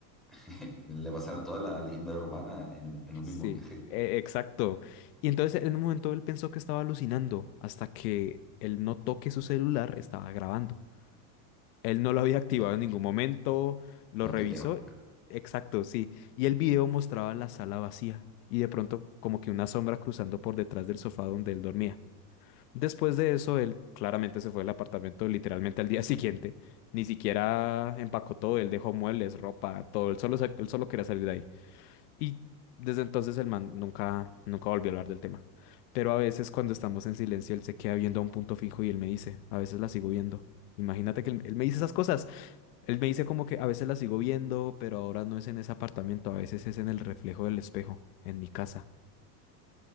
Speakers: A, in the centre; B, on the left.
A: <laughs> Le pasaron toda la leyenda urbana en, un- en un
B: Sí,
A: mismo viaje.
B: e- exacto. Y entonces en un momento él pensó que estaba alucinando hasta que él notó que su celular estaba grabando. Él no lo había activado
A: No,
B: en ningún momento, lo
A: no
B: revisó,
A: te creo.
B: exacto, sí. Y el video mostraba la sala vacía y de pronto como que una sombra cruzando por detrás del sofá donde él dormía. Después de eso, él claramente se fue del apartamento literalmente al día <laughs> siguiente. Ni siquiera empacó todo, él dejó muebles, ropa, todo. Él solo, se- él solo quería salir de ahí. Y desde entonces el man nunca, nunca volvió a hablar del tema. Pero a veces cuando estamos en silencio, él se queda viendo a un punto fijo y él me dice, a veces la sigo viendo. Imagínate que él, él me dice esas cosas. Él me dice como que a veces la sigo viendo, pero ahora no es en ese apartamento, a veces es en el reflejo del espejo, en mi casa.